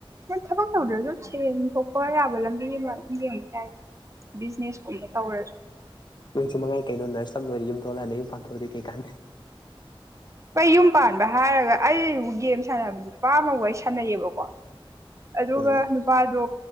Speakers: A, on the right; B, on the left.
A: ꯅ ꯊꯕꯛ ꯇꯧꯗ꯭ꯔꯁꯨ ꯁꯦꯔꯦꯡ ꯊꯣꯛꯄ ꯌꯥꯕ ꯂꯝꯕꯤ ꯑꯃ ꯑꯗꯨꯝ ꯌꯦꯡꯕ ꯌꯥꯏ ꯕꯤꯖꯤꯅꯦꯁꯀꯨꯝꯕ ꯇꯧꯔꯁꯨ
B: ꯅꯣꯏꯁꯨ ꯃꯉꯥꯏ ꯀꯩꯅꯣ ꯅꯔꯁ ꯑꯃ ꯂꯣꯏꯔ ꯌꯨꯝ ꯊꯣꯛꯂꯛꯑꯥꯟꯅ ꯌꯨꯝ ꯄꯥꯟꯊꯣꯛꯏꯣꯏ ꯀꯩꯀꯥꯟꯗ
A: ꯑꯩꯩ ꯌꯨꯝ ꯄꯥꯟꯕ ꯍꯥꯏꯔꯒ ꯑꯩꯕꯨ ꯒꯦꯝ ꯁꯥꯟꯅꯕ ꯅꯨꯄꯥ ꯑꯃꯒ ꯑꯩ ꯁꯥꯟꯅꯩꯑꯕꯀꯣ ꯑꯗꯨꯒ
B: ꯎꯝ
A: ꯅꯨꯄꯥꯗꯣ